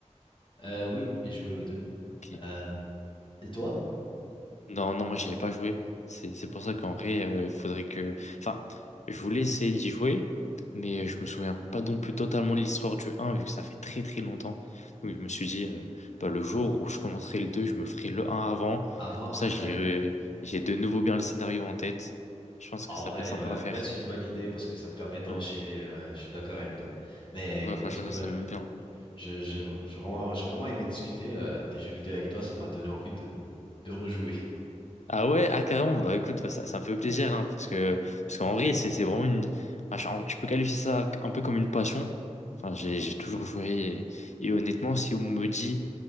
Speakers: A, on the left; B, on the left.
A: Euh, oui, j'ai joué aux deux.
B: Ok.
A: Euh, et toi?
B: Non, non, moi j'y ai pas joué. C'est c'est pour ça qu'en vrai, euh, faudrait que. Enfin, je voulais essayer d'y jouer, mais je me souviens pas non plus totalement de l'histoire du un vu que ça fait très très longtemps. Donc je me suis dit, euh, bah, le jour où je commencerai le 2, je me ferai le un avant.
A: Avant,
B: Comme ça, j'ai
A: <laughs> ouais.
B: euh, j'ai de nouveau bien le scénario en tête. Je pense que
A: En
B: ça
A: vrai,
B: peut être sympa
A: ouais,
B: à
A: en
B: faire.
A: vrai, c'est une bonne idée parce que ça te permet d'enchaîner.
B: Ouais,
A: euh, ouais, je suis d'accord avec toi. Mais
B: ouais
A: écoute,
B: franchement,
A: euh,
B: ça me met bien.
A: je, j'ai vra- j'ai vraiment, j'ai vraiment aimé discuter euh, des jeux vidéo avec toi. Ça m'a donné envie de, de rejouer.
B: Ah ouais, ah carrément, bah écoute, bah, ça, ça me fait plaisir, hein, parce que, parce qu'en vrai, c'est c'est vraiment une. ah, je, en- je peux qualifier ça un peu comme une passion. Enfin, j'ai j'ai toujours joué. Et, et honnêtement, si on me dit